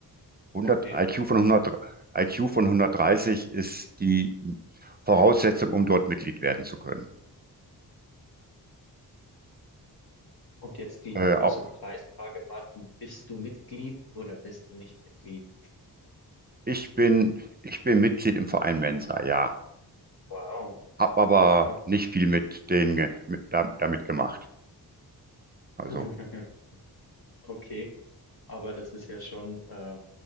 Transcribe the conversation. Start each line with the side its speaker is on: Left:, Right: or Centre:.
Right: 100,
Left: Okay.
Right: IQ von 100, IQ von 130 ist die Voraussetzung, um dort Mitglied werden zu können.
Left: Und jetzt die
Right: Äh,
Left: große
Right: au-
Left: Preisfrage, Martin, bist du Mitglied oder bist du nicht Mitglied?
Right: Ich bin, ich bin Mitglied im Verein Mensa, ja.
Left: Wow,
Right: Hab aber
Left: wow.
Right: nicht viel mit denen ge- mit, da- damit gemacht. Also,
Left: <laughs> Okay, aber das ist ja schon, äh,